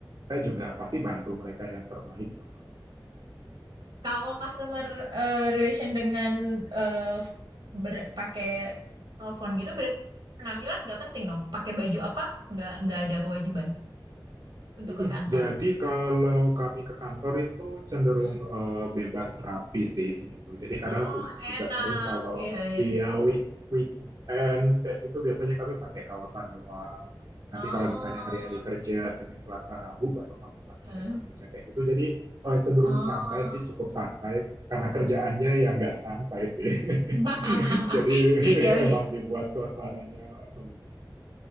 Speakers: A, on the right; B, on the right.
A: saya juga pasti bantu mereka yang terbaik dong. kalau
B: Kalau customer eh, relation dengan eh, ber- pakai telepon gitu berarti penampilan nggak penting dong. Pakai baju apa nggak nggak ada kewajiban untuk
A: Mm-mm.
B: ke kantor.
A: Jadi kalau kami ke kantor itu cenderung
B: Hmm.
A: eh, bebas rapi sih gitu. Jadi kadang
B: Oh
A: aku juga
B: enak,
A: sering kalau
B: iya iya.
A: iya week weekends kayak gitu biasanya kami pakai kaosan doang. Nanti
B: Oh,
A: kalau misalnya hari-hari kerja Senin, Selasa, Rabu baru kami pakai
B: eh.
A: kemeja kayak gitu. Jadi eh, cenderung
B: oh.
A: santai sih, cukup santai karena kerjaannya yang nggak santai sih. <laughs>
B: <laughs>
A: Jadi <laughs>
B: Ya udah,
A: emang dibuat suasananya menyenangkan.